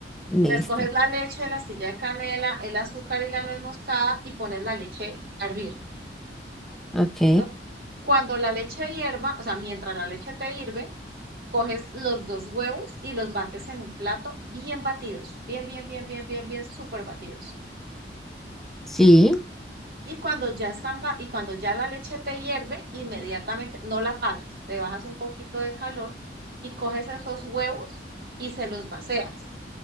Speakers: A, in the centre; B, on the right.
A: Listo.
B: Entonces, coges la leche, la astilla de canela, el azúcar y la nuez moscada y pones la leche a hervir.
A: Ok.
B: ¿Listo? Cuando la leche hierva, o sea, mientras la leche te hierve coges los dos huevos y los bates en un plato bien batidos, bien, bien, bien, bien, bien, bien, súper batidos.
A: Sí.
B: Y cuando ya están y cuando ya la leche te hierve, inmediatamente no la paras, le bajas un poquito de calor y coges esos huevos y se los vacías